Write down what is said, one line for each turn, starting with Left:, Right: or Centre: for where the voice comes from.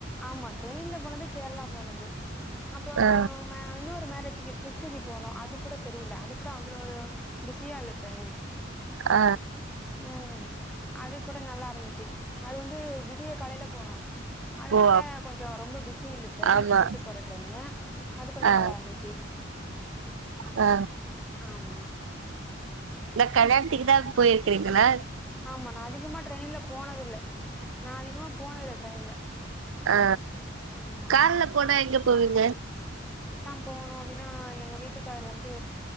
Centre: ஆமா ட்ரெயின்ல போனது கேரளா போனது அப்றோ
Right: ஆ
Centre: ம இன்னொரு மேரேஜ் இன்னிக்கி திருச்சிக்கு போனோ அது கூட தெரில அது கூட அவ்ளோ பிஸியா இல்ல ட்ரெயினு
Right: ஆ
Centre: ம் அது கூட நல்லாருந்துச்சி அது வந்து விடிய காலேல போனோ அதனால
Right: ஓ
Centre: கொஞ்சோ ரொம்ப பிஸி இல்ல ட்ரெயினு
Right: ஆமா
Centre: திருச்சி போற ட்ரெயின்னு அது கொஞ்சோ
Right: ஆ
Centre: நல்லா இருந்துச்சி
Right: ஆ
Centre: ஆமா
Right: இந்த கல்யாணத்திக்கு தா போயிர்கிறீங்களா
Centre: ஆமா நா அதிகமா ட்ரெயின்ல போனதில்ல நா அதிகமா போனதில்ல ட்ரெயின்ல
Right: அ
Centre: ஆமா
Right: கார்ல போனா எங்கப் போவீங்க
Centre: போணு அப்டினா எங்க வீட்டுக்கார் வந்து